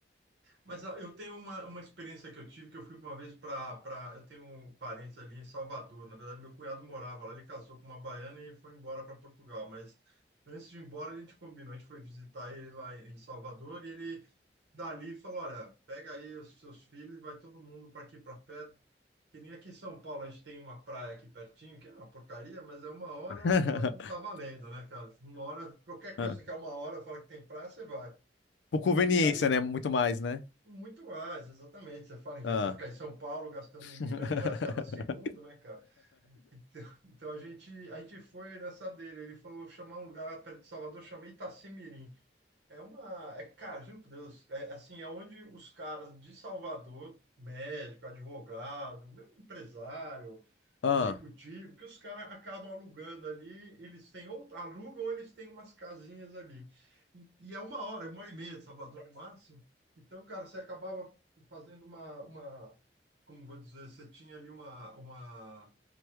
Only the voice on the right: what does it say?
Mas ah, eu tenho uma, uma experiência que eu tive, que eu fui uma vez para... Pra... Eu tenho parentes ali em Salvador. Na verdade, meu cunhado morava lá, ele casou com uma baiana e foi embora para Portugal. Mas antes de ir embora, a gente combinou, a gente foi visitar ele lá em Salvador e ele dali falou, olha, pega aí os seus filhos e vai todo mundo para aqui para perto. Que nem aqui em São Paulo, a gente tem uma praia aqui pertinho, que é uma porcaria, mas é uma hora,
então tá valendo, né, cara? Uma hora, qualquer
coisa que é uma hora, fala que tem praia, você vai.
E aí
muito mais, exatamente. Você fala, em vez
de você ficar em São Paulo gastando
um milhão de reais cada segundo, né, cara? Então, então a gente, a gente foi nessa dele. Ele falou chamar um lugar perto de Salvador, chamei Itacimirim. É uma. É, cara, juro por Deus. É, assim, é onde os caras de Salvador, médico, advogado, mesmo empresário,
executivo, que os caras acabam alugando ali, eles têm, ou alugam, ou eles têm umas casinhas ali. E, e é uma hora, uma hora e meia de Salvador no máximo. Então, cara, você acabava fazendo uma, uma, como vou dizer, você tinha ali uma, uma